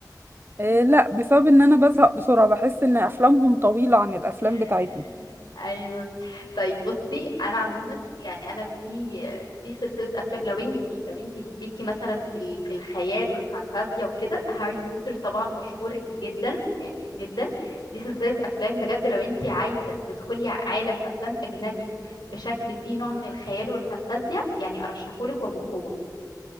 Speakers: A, on the right; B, on the left.
A: آه لا بسبب ان انا بزهق بسرعه بحس ان افلامهم طويله عن الافلام
B: <laughs>
A: بتاعتنا
B: ايوه طيب بصي انا عموما يعني انا في في سلسله افلام لو انت لو انت ليكي مثلا في ال- في الخيال والفانتازيا وكده هاري بوتر طبعا مشهور جدا يعني جدا دي سلسله افلام بجد لو انت عايزه تدخلي عالم افلام اجنبي بشكل فيه نوع من الخيال والفانتازيا يعني ارشحهولك وبقوه